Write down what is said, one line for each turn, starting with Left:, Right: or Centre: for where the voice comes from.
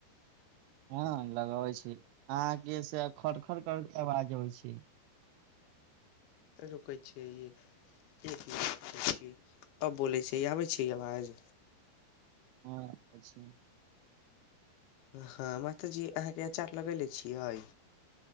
Right: हँ लगबै छी अहाँ के से खर खर कर के आवाज अबै छै
Left: रुकै छिय एक अब बोलै छी आबै छी आवाज
Right: हँ आबै छै
Left: हँ मास्तरजी अहाँके अचार लगैले छियै